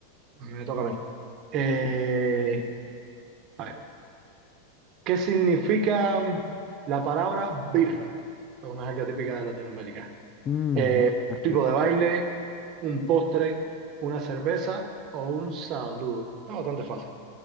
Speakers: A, on the right; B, on the left.
A: Me toca a mí. Eh,
B: Sí.
A: a ver, ¿qué significa la palabra birra? Es una jerga típica de Latinoamérica.
B: Mm,
A: Eh,
B: birra.
A: tipo de baile, un postre, una cerveza o un saludo. Está bastante fácil.